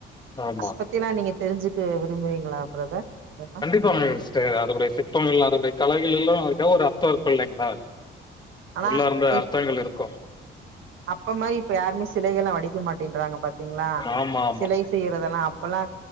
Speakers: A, on the left; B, on the right.
A: ஆமா
B: அத பத்தி எல்லா நீங்க தெரிஞ்சுக்க விரும்புவீங்களா பிரதர் அதெல்லா
A: <unintelligible> அதருடைய சிற்பங்கள் அதருடைய கலைகள் எல்லா அது எதோ ஒரு அர்த்தருக்கு இல்லைங்களா
B: ஆனா
A: உள்ளார்ந்த
B: இப்
A: அர்த்தங்கள் இருக்கு
B: அப்ப மாரி இப்ப யாருமே சிலைகள்லா வடிக்க மாட்டேன்றாங்க பாத்திங்ளா
A: ஆமா, ஆமா.
B: சிலை செய்யறதெல்லா அப்பெல்லா